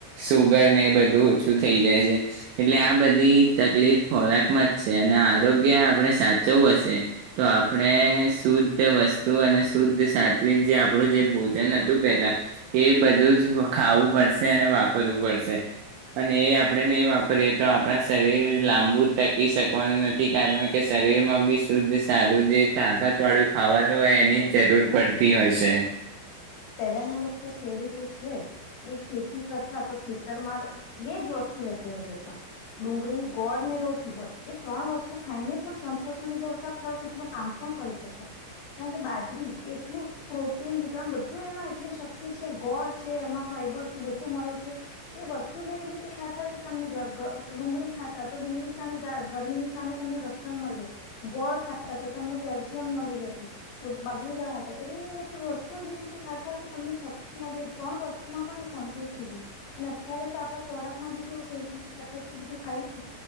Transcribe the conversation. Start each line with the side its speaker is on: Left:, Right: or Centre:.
Right: સુગર ને એ બધું ઓછું થઈ જાય છે એટલે આ બધી તકલીફ ખોરાકમાં જ છે અને આરોગ્ય આપણે સાચવું હશે તો આપણે શુદ્ધ વસ્તુ અને શુદ્ધ સાતવીક જે આપણું જે ભોજન હતું પેલા એ બધું જ ખાવું પડશે અને વાપરવું પડશે અને એ આપણે નહી વાપરીએ તો આપણા શરીર લાંબુ ટકી શકવાનું નથી કારણ કે શરીર માં બી શુદ્ધ સારું જે તાકાત વાળું ખાવાનું હોય એની જરૂર પડતી હોય છે
Left: પહેલાના લોકો ખેડૂતો છે એ ખેતી કરતા તો ખેતરમાં બેજ વસ્તુ લઈને જતા ડુંગળી ગોળ ને રોટલી બસ એ ત્રણ વસ્તુ ખાઈને પણ સંતોષ અનુભવતા પ્લસ એટલું કામ પણ કરી શકતા કારણ કે બાજરી એટલું પ્રોટીન બધું એમાં એટલી શક્તિ છે ગોળ છે એમાં ફાઈબર છે બધું મળે છે કે વસ્તુ જે એવી રીતે ખાતા કે તમને ડુંગળી ખાતા તો ડુંગળી સામે ગરમીની સામે તમને રક્ષણ મળી રહે ગોળ ખાતા તો તમને કેલ્શિયમ મળી રહેતું બાજરીના હતા એટલે એધ વસ્તુ જે રીતે ખાતા કે તમને શક્તિ મળે ત્રણ વસ્તુમાં પણ એ સંતોષ થઈ જઈ અને અત્યારે તો આપડા ખોરાકમાં બી કેવું થઈ ગયું છે કે આપડણે એટલું બધું ખાઈએ